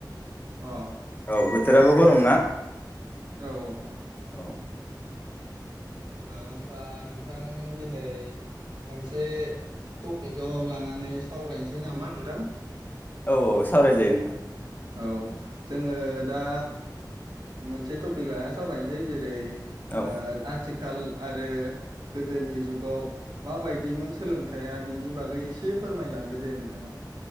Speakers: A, on the right; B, on the left.
A: अ
B: औ बेथोराबो ग रम ना?
A: औ औ-औ
B: औ
A: ओ होम्बा नोंथां दिनै मोनसे टपिकआव लानानै सावरायनोसै नामा नोंथां?
B: औ औ सावरायजायो नोंथां
A: औ जोङो दा मोनसे टपिक लानानै सावरायनोसै जेरै ओ
B: औ
A: आ आथिखाल आरो गोदोनि जुगाव माबायदिमोन सोलोंथाइया बिनि बागै एसे फोरमायलांदो दे नोंथाङा